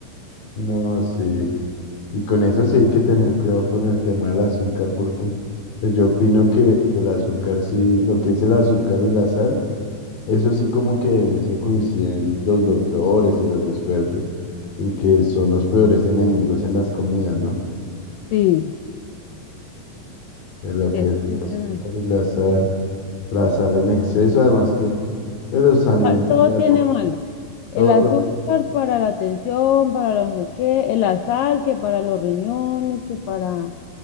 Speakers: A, on the left; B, on the left.
A: No, sí. Y con eso sí hay que tener cuidado con el tema del azúcar, porque pues yo opino que el azúcar sí, lo que es el azúcar y la sal, eso sí como que en eso coinciden los doctores y los expertos, en que son los peores enemigos en las comidas, ¿no?
B: Sí,
A: de lo que
B: sí, eso
A: es el
B: sí es
A: azúcar
B: verdad.
A: y la sal, la sal en exceso, además que pues, los alimentos
B: Ah, Todo
A: ya
B: tiene
A: por
B: malo. El
A: todos
B: azúcar
A: los...
B: para la tensión para la no sé qué, el azar, que para los riñones, que para